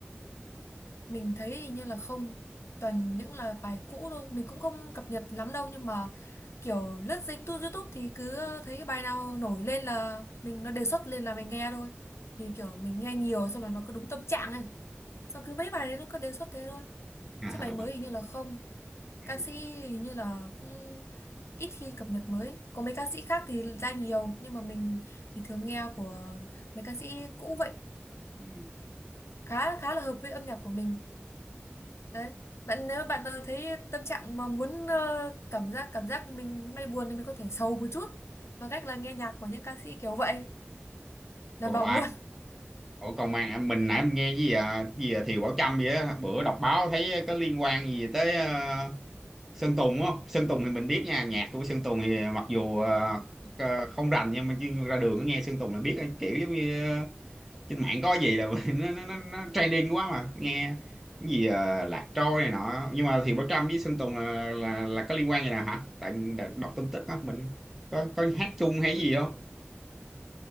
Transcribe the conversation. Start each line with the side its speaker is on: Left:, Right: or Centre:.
Left: Mình thấy hình như là không toàn những là bài cũ thôi, mình cũng không cập nhật lắm đâu nhưng mà kiểu lướt dây tu- YouTube thì cứ thấy cái bài nào nổi lên là mình nó đề xuất lên là mình nghe thôi. Thì kiểu mình nghe nhiều xong là nó cứ đúng tâm trạng này. Xong cứ mấy bài đấy nó cứ đề xuất thế thôi.
Centre: ừ, <laughs>
Left: Chứ bài mới hình như là không.
Centre: ừ,
Left: Ca sĩ hình như là cũng ít khi cập nhật mới. Có mấy ca sĩ khác thì ra nhiều nhưng mà mình thì thường nghe của mấy ca sĩ cũ vậy
Centre: ừ.
Left: khá khá là hợp với âm nhạc của mình đấy bạn nếu bạn ờ, thấy tâm trạng mà muốn ờ, cảm giác cảm giác mình hôm nay buồn thì mình có thể sầu một chút bằng cách là nghe nhạc của những ca sĩ kiểu vậy đảm
Centre: ủa,
Left: bảo
Centre: à,
Left: buồn
Centre: ủa còn mà à, mình nãy mình nghe gì à, gì à, Thiều Bảo Trâm vậy á bữa đọc báo thấy có liên quan gì tới ờ, Sơn Tùng đúng không Sơn Tùng thì mình biết nha nhạc của Sơn Tùng thì mặc dù ờ, ờ, không rành nhưng mà chứ ra đường có nghe Sơn Tùng là biết kiểu giống như trên mạng có gì là <laughs> nó nó nó, nó trending quá mà nghe cái gì à, lạc trôi này nọ nhưng mà Thiện Bảo Trâm với Sơn Tùng là là, là có liên quan gì nào hả tại mình đã đọc tin tức á mình có có hát chung hay
Left: <laughs> Ôi,
Centre: gì không